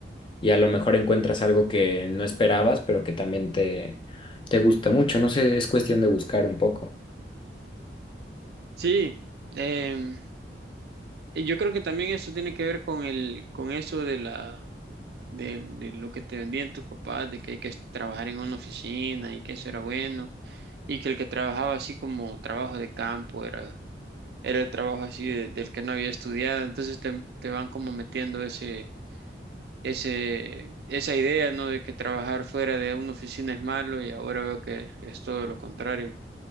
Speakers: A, on the left; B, on the right.
A: y a lo mejor encuentras algo que no esperabas, pero que también te, te gusta mucho. No sé, es cuestión de buscar un poco.
B: Sí, em, y yo creo que también eso tiene que ver con el, con eso de la, de, de lo que te vendían tus papás, de que hay que trabajar en una oficina y que eso era bueno, y que el que trabajaba así como trabajo de campo era era el trabajo así de- del que no había estudiado, entonces te, te van como metiendo ese, ese, esa idea, ¿no? De que trabajar fuera de una oficina es malo y ahora veo que es todo lo contrario.